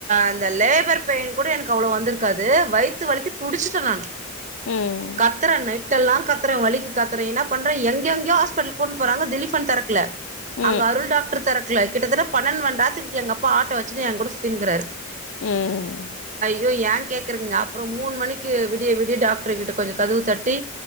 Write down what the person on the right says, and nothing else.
அந்த லேபர் பெயின் கூட எனக்கு அவ்வளவு வந்திருக்கு க்காது வயித்து வலிக்கு துடிச்சுட்டே நானு
கத்தறணை நைட்டால்லாம் கத்துறேன் வழிக்கு கத்துறேன் என்ன பண்றன் எங்கயோ எங்கயோ ஹாஸ்பிட்டல் கூட்டிண்டு போறாங்க திலீப்பன் திறக்கல
அங்க அருள் டாக்டர் திரக் கல கிட்டத்தட்ட பன்னென்மந்நேரத்துக்கு எங்கப்பா ஆட்டோ வச்சிட்டு என் கூட சுத்திங்கறாரு
யோ ஏங் கேக்குறீங்க அப்பறோ மூணு மணிக்கு விடிய விடிய டாக்டர் கிட்ட கொஞ்சோ கதவு தட்டி